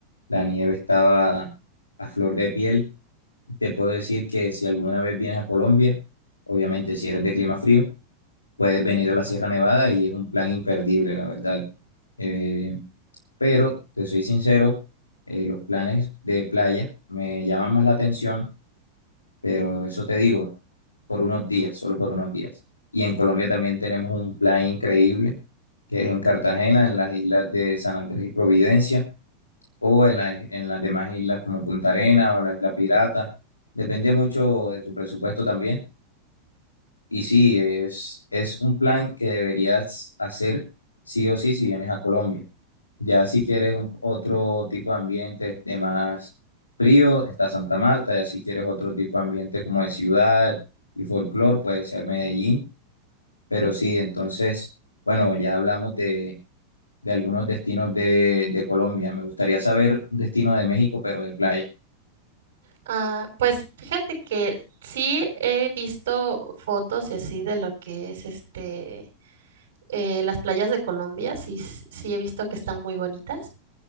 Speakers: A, on the left (about 80°); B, on the right (about 60°).
A: la nieve estaba a flor de piel te puedo decir que si alguna vez vienes a Colombia, obviamente si eres de clima frío, puedes venir a la Sierra Nevada y es un plan imperdible, la verdad. Eh, pero, te soy sincero, eh, los planes de playa me llaman más la atención, pero eso te digo, por unos días, solo por unos días. Y en Colombia también tenemos un plan increíble, que es en Cartagena, en las islas de San Andrés y Providencia o en, la- en las demás islas como Punta Arena o la Isla Pirata. Depende mucho de tu presupuesto también. Y sí, es, es un plan que deberías hacer sí o sí si vienes a Colombia. Ya si quieres un- otro tipo de ambiente de más frío, está Santa Marta. Ya si quieres otro tipo de ambiente como de ciudad y folclor, puede ser Medellín. Pero sí, entonces, bueno, ya hablamos de, de algunos destinos de, de Colombia. Me gustaría saber un destino de México, pero de playa.
B: Ah, pues fíjate que sí he visto fotos y así de lo que es este eh, las playas de Colombia, sí, s- sí he visto que están muy bonitas.